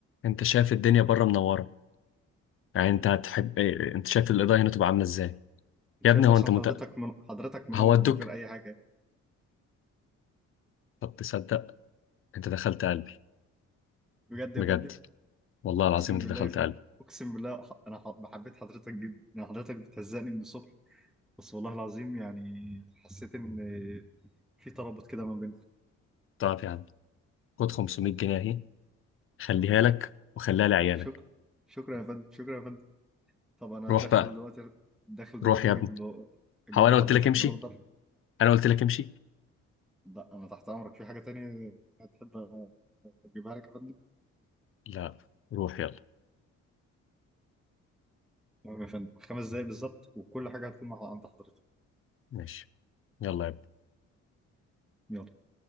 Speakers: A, on the left; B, in the centre.
A: انت شايف الدنيا بره منورة يعني انت هتحب ايه انت شايف الايداين تبقى عامله ازاي يا
B: شايف
A: ابني هو
B: أصلا
A: انت مت...
B: حضرتك من حضرتك منور
A: هودك
B: من غير أي حاجة
A: طب تصدق انت دخلت قلبي
B: بجد
A: بجد
B: يا فندم
A: والله
B: أقسم
A: العظيم انت
B: بالله
A: دخلت
B: يا فندم
A: قلبي
B: أقسم بالله ح- أنا ح- بحبيت حضرتك جدا يعني حضرتك بتهزقني من الصبح بس والله العظيم يعني حسيت إن آه، في ترابط كده ما بيننا
A: طب يا عم خد 500 جنيه اهي خليها لك وخليها لعيالك
B: شكرا شكرا يا فندم شكرا يا فندم طب انا
A: روح
B: داخل
A: بقى
B: دلوقتي داخل دلوقتي
A: روح يا
B: اجيب
A: ابني
B: له اجيب
A: هو انا
B: لحضرتك
A: قلت لك امشي
B: الاوردر
A: انا قلت لك امشي
B: لا انا تحت امرك في حاجه تانية هتحب اجيبها لك يا فندم
A: لا روح يلا
B: تمام يا فندم خمس دقايق بالظبط وكل حاجه هتكون مع عند حضرتك
A: ماشي يلا يا ابني
B: يلا